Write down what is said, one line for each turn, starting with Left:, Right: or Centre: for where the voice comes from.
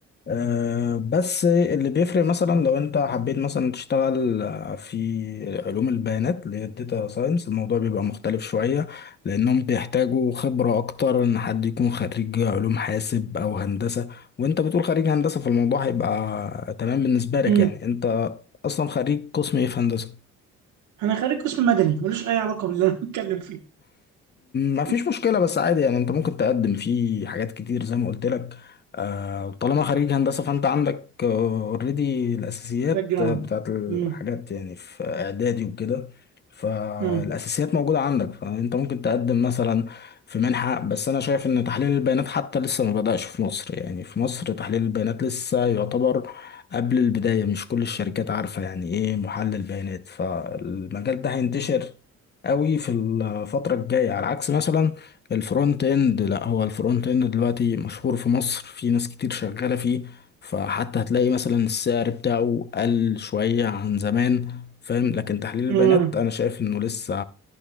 Left: آه، بس اللي بيفرق مثلا لو انت حبيت مثلا تشتغل آه، في علوم البيانات اللي هي الداتا ساينس الموضوع بيبقى مختلف شوية لأنهم بيحتاجوا خبرة أكتر إن حد يكون خريج علوم حاسب أو هندسة وانت بتقول خريج هندسة فالموضوع هيبقى تمام بالنسبة لك
Right: مم.
Left: يعني انت اصلا خريج قسم ايه في هندسة
Right: انا خريج قسم مدني ملوش اي علاقه باللي انا بتكلم فيه
Left: ما فيش
Right: <laughs>
Left: مشكلة بس عادي يعني انت ممكن تقدم فيه حاجات كتير زي ما قلت لك آه، طالما خريج هندسة فانت عندك اوريدي الاساسيات
Right: باك جراوند
Left: آه، بتاعت الحاجات
Right: مم.
Left: يعني في اعدادي وكده فالاساسيات
Right: مم.
Left: موجودة عندك فانت ممكن تقدم مثلا في منحة بس انا شايف ان تحليل البيانات حتى لسه ما بدأش في مصر يعني في مصر تحليل البيانات لسه يعتبر قبل البداية مش كل الشركات عارفة يعني ايه محلل بيانات فالمجال ده هينتشر قوي في الفترة الجاية على عكس مثلا الفرونت اند لا هو الفرونت اند دلوقتي مشهور في مصر في ناس كتير شغالة فيه فحتى هتلاقي مثلا السعر بتاعه قل شوية عن زمان فاهم لكن تحليل البيانات
Right: مم.
Left: انا شايف انه لسه